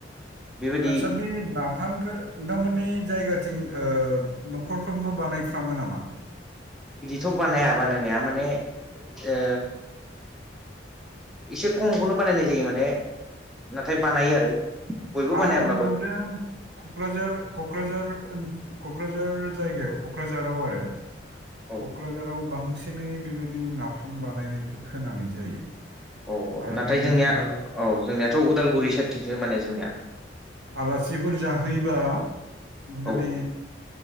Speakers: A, in the centre; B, on the right.
A: बेबायदि
B: आतसा बे ना फामखौ नोंथांमोननि जायगाथिं न'खरफ्रोमबो बानायफ्रामो नामा?
A: बिदिथ' बानाया बानायनाया माने ओ एसे खमखौनो बानायनाय जायो माने नाथाय बानायो आरो बयबो
B: आं
A: बानायाब्लाबो
B: नुदों कक्राझार कक्राझार कक्राझार ओन जायगायाव क'क्राझाराव आरो
A: औ
B: क'क्राझाराव बांसिनै बेबायदि नाफाम बानायनायखौ खोनानाय जायो।
A: औ
B: आरो
A: नाथाय
B: जोंबो
A: जोंनिया औ जोंनियाथ' उदालगुरि साइडथिंसो माने जोंनिया।
B: आलासिफोर जाहैबा माने
A: औ